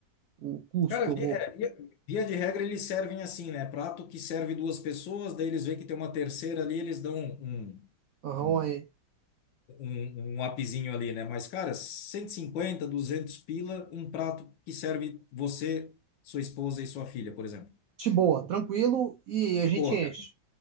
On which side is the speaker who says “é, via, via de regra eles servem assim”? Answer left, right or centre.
Left